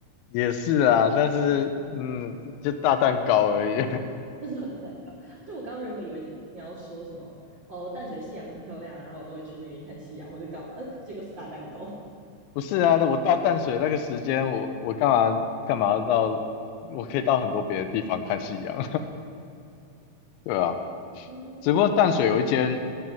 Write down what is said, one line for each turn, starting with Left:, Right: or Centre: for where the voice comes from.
Left: 也是啊，但是嗯，就大蛋糕而已。
Right: <laughs> 就是我都在搞。就我刚刚原本以为你你要说什么哦，淡水夕阳很漂亮啊，然后我都会去那边看夕阳或者干嘛，<laughs> 结果是大蛋糕。
Left: <laughs> 不是啊，我到淡水那个时间，我我干嘛干嘛要到，我可以到很多别的地方看夕阳，<laughs> 对啊。
Right: 嗯，
Left: 只不过淡水有一间，